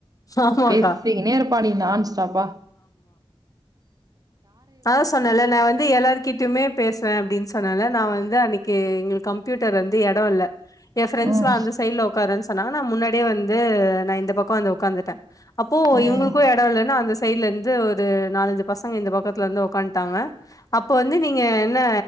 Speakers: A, on the left; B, on the right.
A: ஆமாக்கா
B: பேசிக்கினேருப்பாடி நான்ஸ்டாப்பா
A: நா சொன்னல நா வந்து எல்லாருக்கி ட்டுமே பேசுவே அப்டின் சொன்னேல நா வந்து அன்னக்கி எங்ளுக் கம்ப்யூட்டர் வந்து எடோல்ல எ ஃப்ரெண்ட்ஸ்லா
B: ம்
A: அந்த சைட்ல ஒக்காரேன் சொன்னாங்க நா முன்னாடியே வந்து நா இந்த பக்கோ வந்து ஒக்காந்துட்டே அப்போ
B: ம்
A: இவுங்களுக்கு எடோ இல்லன் அந்த சைட்லந்து ஒரு நாலஞ்சு பசங்க இந்த பக்க த்ல வந்து ஒக்கான்ட்டாங்க அப்ப வந்து நீங்க என்ன